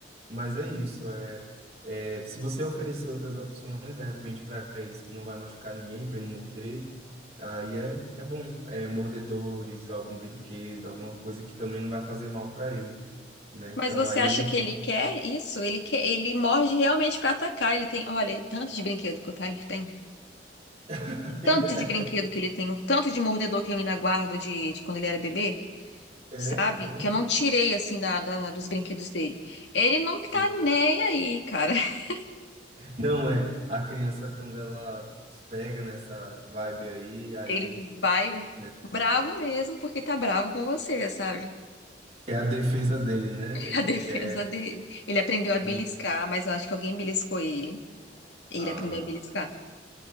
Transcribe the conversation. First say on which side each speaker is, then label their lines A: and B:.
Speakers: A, on the right; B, on the left.
A: Mas é isso, é, é se você oferecer outras opções de repente para eles que não vai machucar ninguém, para ele morder, aí é é bom, é mordedores, algum brinquedo, alguma coisa que também não vai fazer mal para ele, né? Então
B: Mas você
A: aí
B: acha
A: ele
B: que ele quer isso? Ele quer, ele morde realmente pra atacar. Ele tem, olha, tanto de brinquedo que o Tyler tem.
A: <laughs> aí
B: tanto
A: é,
B: de brinquedo que ele tem, o tanto de mordedor que eu ainda guardo de, de quando ele era bebê,
A: é,
B: sabe?
A: nossa,
B: Que eu não tirei, assim, da, da- dos brinquedos dele. Ele não
A: sim.
B: tá nem aí, cara. <laughs>
A: Não é, a criança quando ela pega nessa vibe aí, aí
B: Ele vai
A: né,
B: bravo mesmo porque tá bravo com você, sabe?
A: É a defesa dele, né?
B: <laughs>
A: Ele
B: a defesa
A: quer
B: dele. Ele aprendeu a beliscar,
A: assim,
B: mas eu acho que alguém beliscou ele. E
A: ah,
B: ele aprendeu a beliscar,